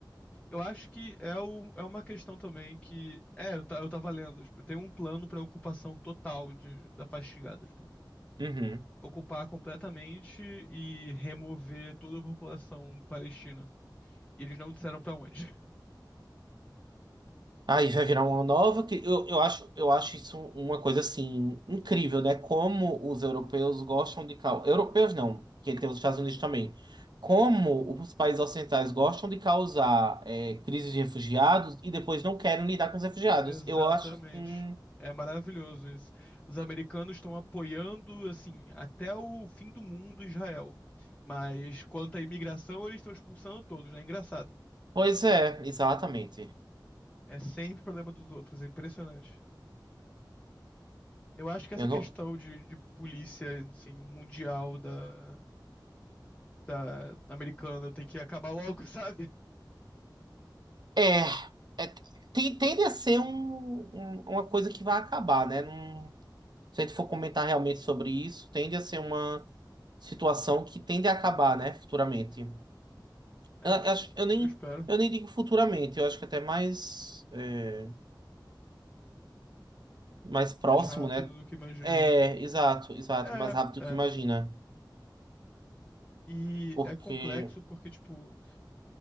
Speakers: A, on the left; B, on the right.
A: eu acho que é, o, é uma questão também que, é, eu, ta- eu tava lendo, tipo, tem um plano pra ocupação total de, da Fatigados, tipo,
B: Uhum.
A: ocupar completamente e remover toda a população palestina. E eles não disseram pra onde.
B: Aí vai virar uma nova. cri- Eu, eu acho, eu acho isso uma coisa assim incrível, né? Como os europeus gostam de causar. Europeus não, que tem os Estados Unidos também. Como os países ocidentais gostam de causar é, crises de refugiados e depois não querem lidar com os refugiados.
A: Exatamente.
B: Eu acho. Hum,
A: É maravilhoso isso. Os americanos estão apoiando, assim, até o fim do mundo Israel. Mas quanto à imigração, eles estão expulsando todos, né? É Engraçado.
B: pois é, exatamente.
A: É sempre problema dos outros, é impressionante. Eu acho que essa
B: Eu não.
A: questão de, de polícia, assim, mundial da, da americana tem que acabar logo, <laughs> sabe?
B: É. é- tem- tende a ser um- um- uma coisa que vai acabar, né? Não- se a gente for comentar realmente sobre isso, tende a ser uma. situação que tende a acabar, né, futuramente.
A: É,
B: Eu, eu
A: eu, es-
B: acho- eu nem,
A: eu espero.
B: eu nem digo futuramente, eu acho que até mais, é, mais próximo,
A: Mais rápido
B: né?
A: do que imagina,
B: É,
A: né?
B: exato, exato,
A: É,
B: mais rápido
A: é.
B: que imagina.
A: E
B: Porque.
A: é complexo porque, tipo.